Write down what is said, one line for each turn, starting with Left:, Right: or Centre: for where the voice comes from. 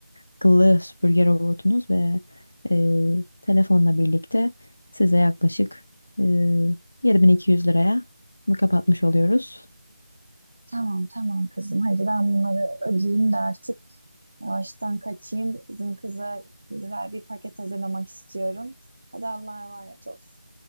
Left: akıllı süpürge robotunuz ve e, telefonla birlikte size yaklaşık e, 7200 liraya bunu kapatmış oluyoruz.
Right: Tamam tamam kızım hadi ben bunları ödeyeyim de artık yavaştan kaçayım. Bizim kıza güzel bir paket hazırlamak istiyorum. Hadi Allah'a emanet ol.